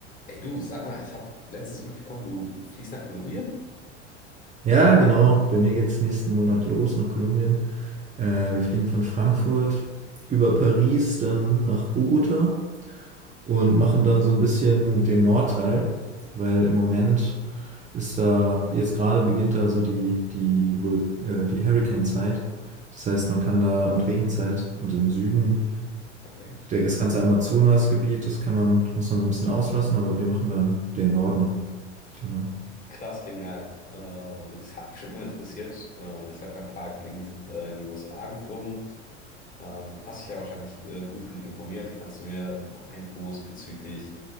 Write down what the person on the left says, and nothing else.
Ey du, sag mal, ich habe letztens mitbekommen, du fliegst nach Kolumbien?
Okay.
Krass, genial. Äh, das hat mich schon immer interessiert. Äh, ich habe ja ein paar Kollegen, die sind äh, in die USA geflogen Äh, Du hast dich ja wahrscheinlich äh, gut genug informiert. Kannst du mir ein paar Infos bezüglich